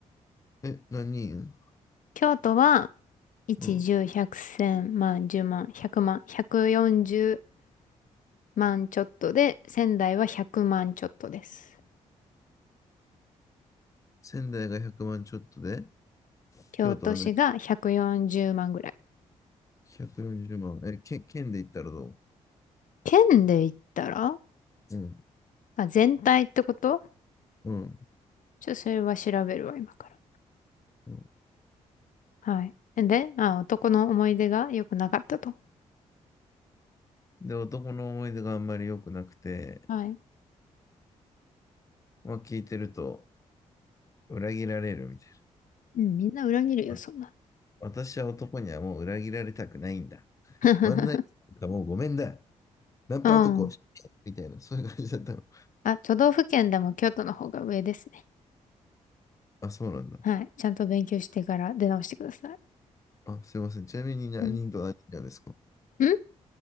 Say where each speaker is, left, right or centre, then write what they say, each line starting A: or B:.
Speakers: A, on the left (about 20°); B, on the left (about 65°).
A: え、何人
B: 京都は、1、
A: うん。
B: 10、100、1000、万、10万、100万、140万ちょっとで、仙台は100万ちょっとです。
A: 仙台が100万ちょっとで、
B: 京都市が140万ぐらい。
A: 京都が何140万。え、県、県で言ったらどう
B: 県で言ったら
A: うん、
B: あ、全体ってこと
A: うん、
B: ちょっとそれは調べるわ、今から。
A: うん。
B: はい。で、あ、男の思い出が良くなかったと。
A: で、男の思い出があんまり良くなくて、
B: はい。
A: まあ、聞いてると裏切られるみたい
B: うん、みんな裏切るよ、
A: な。
B: そんな
A: わ私は男にはもう裏切られたくないんだ。
B: の。<laughs>
A: ワンナイトなんかもうごめんだ。ナンパ男をしてみたいな、
B: うん。
A: そういう感じだったの。
B: あ、都道府県でも京都の方が上ですね。
A: あ、そうなんだ。
B: はい。ちゃんと勉強してから出直してください。
A: あ、すいません。ちなみに何人と何人なんですか
B: うん。ん